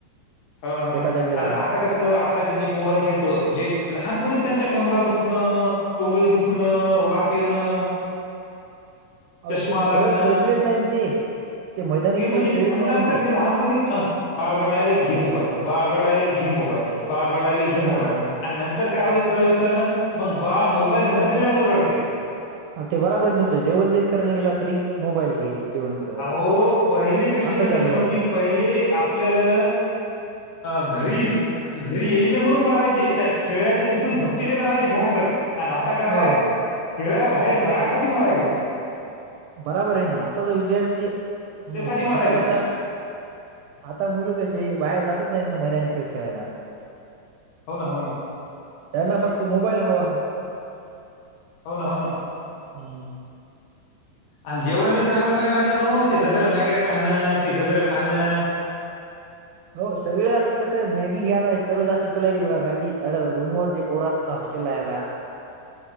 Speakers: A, on the left; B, on the right.
A: होन हो
B: एका
A: ना
B: जागी राहून.
A: आता आता कसं चे जे पोराजे येत जे लहानपणी त्यांच्या कमरा दुखणं टोंगळी दुखणं वात येणं
B: अ
A: चष्मा
B: ते
A: लागणं
B: खेळ खेळलेच नाही ते मैदानी
A: ते म्हणजे
B: खेळ खेळलेच
A: त्यांना
B: नाही ना ते.
A: लहानपणी बाळ रडायले घे मोबाईल बाळ रडायले घे मोबाईल बाळ रडायले
B: हा
A: घे मोबाईल आणि नंतर काय होत थोड्या दिवसानं मग बाळ मोबाईल न दिल्यामुळे रडते
B: ते बराबर आहे तुमचं जेवण जरी करायला गेला तरी मोबाईल घे जेवण कर.
A: अहो पहिली कशी
B: असं
A: कंडिशन
B: चालू आहे
A: होती पहिले आपल्याला घरीन घरी येईन म्हणून मारायचे त्या खेळ्याच्या तिथून झपट्या देत आणायचे घराकडे आणि आता काय
B: हो
A: खिळाया बाहेर जायसाठी मारायलीत
B: बराबर आहे ना आता तर विद्यार्थी हम्म
A: त्यासाठी मारायलेत.
B: आता कसा आता मुलं कसेे बाहेर जातच नाहीत ना मैदानी खेळ खेळायला
A: हो ना, हो ना.
B: त्यांना
A: हे
B: फक्त मोबाईल हवा आहे
A: हो ना हो ना
B: हम्म
A: आणि जेवणही चांगलं नाही राहिलं न ते गदळ मॅग्या खाणं ते गदळ खानणं
B: हो सगळ असं कसं मॅगी घ्याय सर्व जास्त चलाली बघा मॅगी अस रूमवर जे पोरातच ना तेला चला